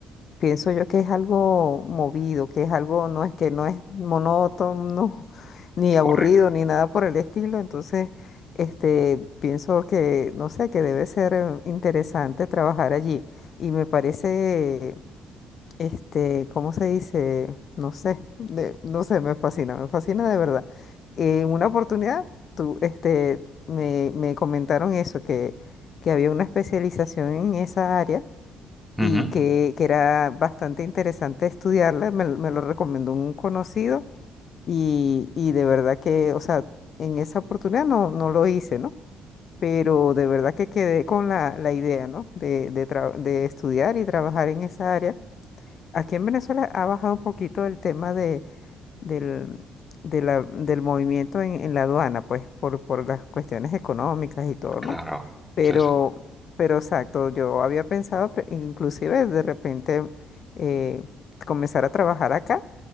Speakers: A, on the left; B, in the centre.
A: Pienso yo que es algo movido, que es algo, no es que no es monótono, <laughs> ni
B: Correcto.
A: aburrido, ni nada por el estilo. Entonces, este, pienso que, no sé, que debe ser eh, interesante trabajar allí. Y me parece, este, ¿cómo se dice? No sé, de- no sé, me fascina, me fascina de verdad. En una oportunidad, tú, este, me, me comentaron eso, que, que había una especialización en esa área
B: Ujú,
A: y que, que era bastante interesante estudiarla, me, me lo recomendó un conocido y, y de verdad que, o sea, en esa oportunidad no, no lo hice, ¿no? Pero de verdad que quedé con la, la idea, ¿no? De, de, tra- de estudiar y trabajar en esa área. Aquí en Venezuela ha bajado un poquito el tema de, del, de la- del movimiento en, en la aduana, pues, por, por las cuestiones económicas y todo, ¿no?
B: Claro.
A: Pero,
B: Sí, sí.
A: pero exacto, yo había pensado pre- inclusive de repente eh, comenzar a trabajar acá